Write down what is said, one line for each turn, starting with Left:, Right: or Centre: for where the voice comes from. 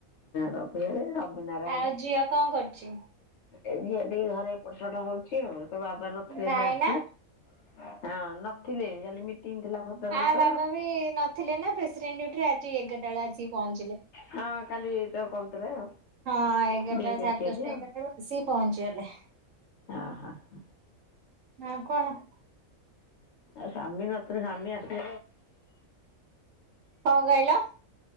Left: ରବିରେ ରବି ନାରାୟଣ
Right: ଆଉ ଝିଅ କଣ କରୁଛି?
Left: ଏ ଝିଅ ଟିକି ଘରେ ଏପଟ ସେପଟ ହଉଛି ଆଉ। ତା ବାବା ନଥିଲେ
Right: ଭାଇନା
Left: ଏଇନା ଆସିଲେ ହଁ ନଥିଲେ କାଲି ଥିଲା ଭଦ୍ରକରେ
Right: ଆ
Left: ତ
Right: ବାବା ବି ନଥିଲେ ନା ପ୍ରେସିଡେଣ୍ଟ ଡିଉଟିରେ ଆଜି ଏଗାରଟା ବେଳେ ଆସିକି ପହଞ୍ଚିଲେ
Left: ହଁ କାଲି ତ କହୁଥିଲେ ଆଉ
Right: ହଁ। ହଁ ଏଗାରଟା
Left: ଡ୍ୟୁଟି
Right: ସାଡଦଶଟା
Left: ଅଛି ବୋଲି ଆଉ
Right: ଏଗାରଟା ପହଞ୍ଚିଗଲେ।
Left: ହଁ ହ ହ।
Right: ହଁ କଣ?
Left: ଆଉ ସାମୀ ନତ ସାମୀ ଆସ <inaudible>
Right: କଣ କହିଲ?